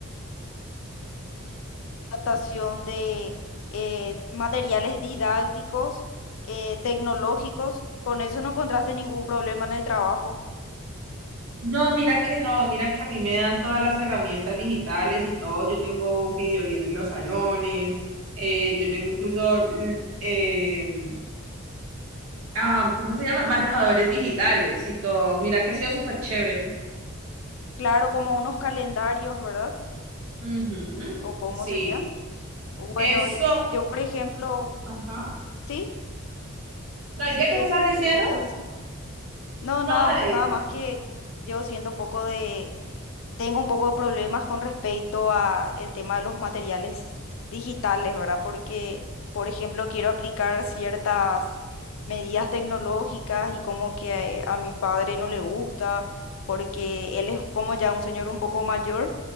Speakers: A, on the left; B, on the right.
A: Adaptación de eh, materiales didácticos, eh, tecnológicos. Con eso no encontraste ningún problema en el trabajo.
B: No, mira que no, mira que a mí me dan todas las herramientas digitales y todo. Yo tengo un video bien en los salones, eh, yo tengo incluso eh, ah, ¿cómo se llama? Marcadores digitales y todo. Mira que ha sido súper chévere.
A: Claro, como unos calendarios, ¿verdad?
B: Ujú,
A: ¿O cómo
B: Sí,
A: sería? Bueno,
B: eso.
A: y yo, por ejemplo,
B: Ajá.
A: ¿sí?
B: No,
A: Sí,
B: ¿y qué, qué
A: ¿qué,
B: me estabas diciendo?
A: qué querías decir? No, nada,
B: No, dale.
A: nada
B: dime.
A: más que yo siento un poco de, tengo un poco de problemas con respecto a el tema de los materiales digitales, ¿verdad? Porque, por ejemplo, quiero aplicar ciertas medidas tecnológicas y como que a mi padre no le gusta, porque él es como ya un señor un poco mayor,